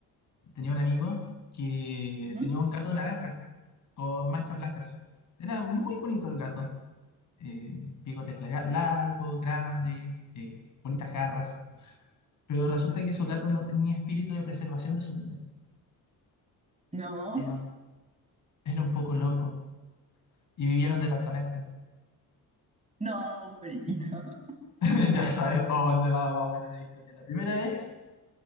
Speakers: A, on the left; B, on the right.
A: tenía un amigo que
B: ujú.
A: tenía un gato naranja con manchas blancas. Era muy bonito el gato. eh, bigotes larga- largos, grandes, eh, bonitas garras. Pero resulta que esos gatos no tenían espíritu de preservación de su vida.
B: No,
A: Era, un- era un poco loco. Y vivía en un departamento.
B: no, pobrecito. <laughs>
A: <laughs> Ya sabes para dónde va más o menos la historia. La primera vez,